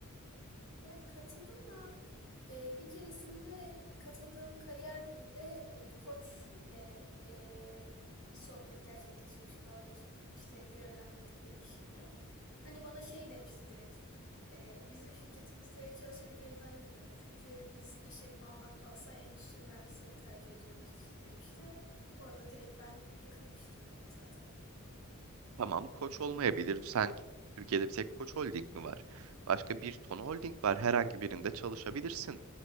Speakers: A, on the left; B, on the right.
A: Ya katıldım da e, bir keresinde katıldığım kariyer gününde e, koç ile e, bir sohbet gerçekleşmiştim oradaki işte görevlendirdikleri kişiyle. Hani bana şey demişti direkt. E, bizim şirketimizde çalışabileceğini zannetmiyorum. Çünkü biz işletme almaktansa endüstri mühendislerini tercih ediyoruz demişti. Orada direkt ben yıkılmıştım yani zaten.
B: Tamam koç olmayabilir. Sen Türkiye'de bir tek koç holding mi var? Başka bir ton holding var. Herhangi birinde çalışabilirsin.